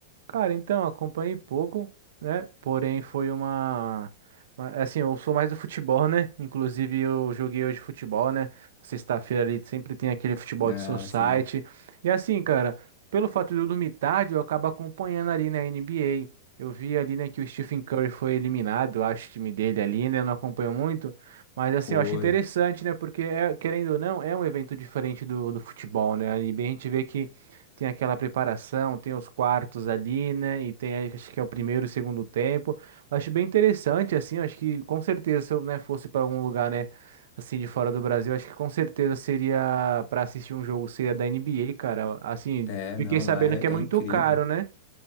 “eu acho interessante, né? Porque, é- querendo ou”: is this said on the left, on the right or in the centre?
Right